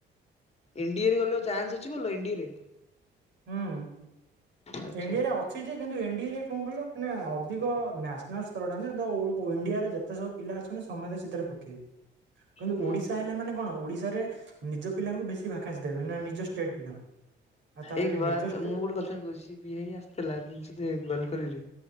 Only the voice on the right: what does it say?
ହୁଁ
ଏନ୍ ଡି ଏରେ ଅ ଛି ଯେ କିନ୍ତୁ ଏନ୍ ଡି ଏ ରେ କଣ କହିଲ ମାନେ ଅଧିକ ନ୍ୟାସନାଲ୍ ସ୍ତରଟା ନା ତ ଓ-ଓ-ଇଣ୍ଡିଆରେ ଯେତେ ସବୁ ପିଲା ଅଛନ୍ତି ସମତେ ସେଇଥିରେ ପକେଇବେ। କିନ୍ତୁ
ଓଡ଼ିଶା ହେଲେ ମାନେ କଣ ଓଡ଼ିଶାରେ ନିଜ ପିଲାଙ୍କୁ ବେଶୀ ଭାକାନ୍ସି ଦେବେ ମାନେ ନିଜ ଷ୍ଟେଟ୍ ପିଲାଙ୍କୁ। ଆଉ ତାପରେ
ନିଜ ଷ୍ଟେ